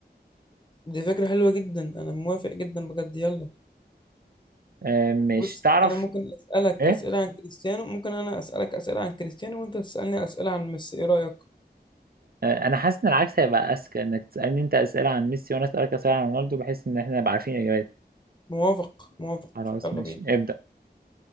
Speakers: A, on the left; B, on the right.
A: دي فكره حلوه جدا انا موافق جدا بجد يلا
B: آه، مش
A: بص
B: تعرف
A: انا ممكن اسالك
B: إيه؟
A: اسئله عن كريستيانو ممكن انا اسالك اسئله عن كريستيانو وانت تسالني اسئله عن ميسي ايه رايك
B: آه، أنا حاسس إن العكس هيبقى أذكى إنك تسألني أنت أسئلة عن ميسي وأنا أسألك أسئلة عن رونالدو بحيث إن إحنا نبقى عارفين الإجابات.
A: موافق موافق
B: خلاص
A: يلا
B: ماشي
A: بينا
B: ابدأ